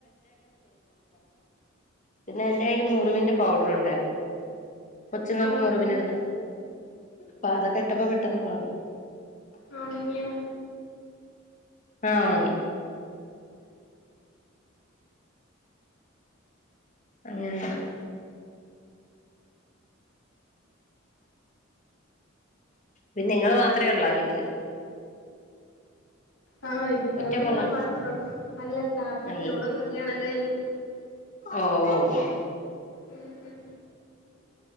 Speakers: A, on the left (about 40°); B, on the left (about 85°).
A: <unintelligible> എന്റെ യ്യിൽ മുറിവിന്റെ പൗഡർ ഉണ്ടായിരുന്നു കൊച്ചുങ്ങൾക്ക്
B: ആഹ്
A: മുറിവിന
B: അങ്ങനെ
A: ഇടുന്ന പ്പൊ അതൊക്കെ ഇട്ടപ്പോ പെട്ടെന്ന് <unintelligible>
B: ഒണിങിയോ
A: ആഹ ഉണങ്ങി അങ്ങനെയാണ് പിന്ന നിങ്ങള് മാത്രേ ഉള്ളൂ ആ വീട്ടില്
B: ആഹ് ഇപ്പ
A: ഒറ്റ
B: ഇവിടെ
A: മോളാ
B: ഞാൻ മാത്രേ ഉള്ളൂ അല്ല താത്തണ്ട്
A: അല്ല
B: ഓളെ കല്യാണം കഴിഞ്ഞു
A: ഓ ഓ
B: ഉം ഉം